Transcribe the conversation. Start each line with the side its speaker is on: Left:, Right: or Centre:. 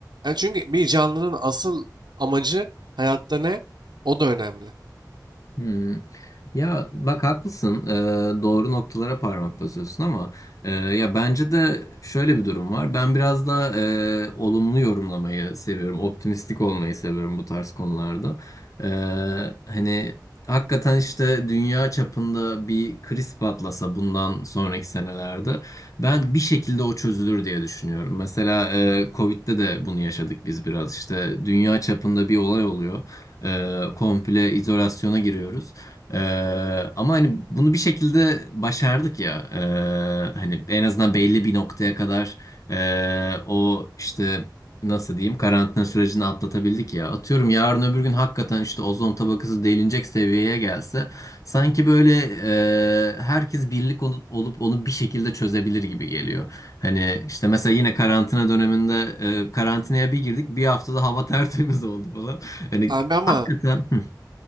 Right: yani çünkü bir canlının asıl amacı hayatta ne? O da önemli.
Left: Hmm. Ya bak haklısın Ee, doğru noktalara parmak basıyorsun ama e, ya bence de şöyle bir durum var ben biraz da e, olumlu yorumlamayı seviyorum optimistik olmayı seviyorum bu tarz konularda Ee, hani hakikaten işte dünya çapında bir kriz patlasa bundan sonraki senelerde ben bir şekilde o çözülür diye düşünüyorum mesela e, Covid'de de bunu yaşadık biz biraz İşte dünya çapında bir olay oluyor. E, komple izolasyona giriyoruz. E, ama hani bunu bir şekilde başardık ya. E, hani en azından belli bir noktaya kadar e, o işte nasıl diyeyim karantina sürecini atlatabildik ya. Atıyorum yarın öbür gün hakikaten işte ozon tabakası delinecek seviyeye gelse sanki böyle e, herkes birlik olup, olup onu bir şekilde çözebilir gibi geliyor. Hani işte mesela yine karantina döneminde e, karantinaya bir girdik bir haftada hava tertemiz oldu falan. Hani
Right: Abi ama
Left: hakikaten Hı,